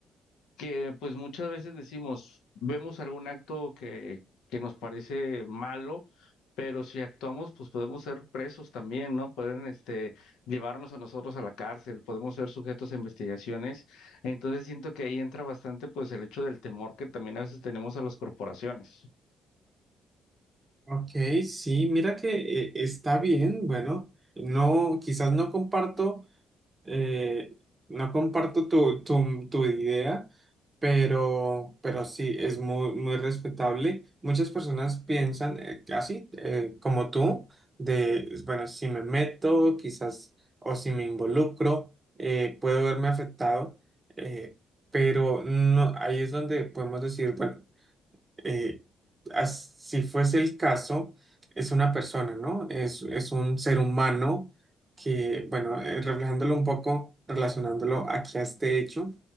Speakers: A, on the left; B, on the right.
A: que pues muchas veces decimos, vemos algún acto que, que nos parece malo, pero si actuamos, pues podemos ser presos también, ¿no? Pueden este, llevarnos a nosotros a la cárcel, podemos ser sujetos a investigaciones. Entonces siento que ahí entra bastante pues el hecho del temor que también a veces tenemos a las corporaciones.
B: Ok, sí, mira que eh, está bien, bueno, no, quizás no comparto Eh, no comparto tu, tu, tu idea, pero, pero sí, es muy, muy respetable. Muchas personas piensan eh, así, eh, como tú, de, bueno, si me meto, quizás, o si me involucro, eh, puedo verme afectado, eh, pero no, ahí es donde podemos decir, bueno, eh, as- si fuese el caso, es una persona, ¿no? Es, es un ser humano que, bueno, eh, reflejándolo un poco, relacionándolo aquí a este hecho,